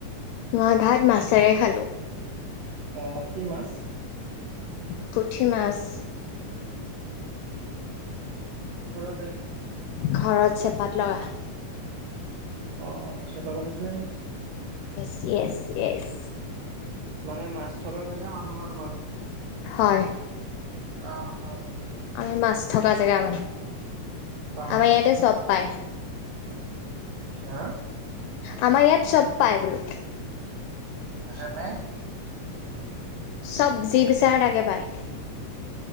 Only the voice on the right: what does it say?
অঁ কি মাছ?
ত'
অ', চেপা পাতিছিলে নি?
মানে মাছ থকা জেগা মানুহ ন তোমালোক?
অ' অ'।
অ
কিয়া?
যেনে,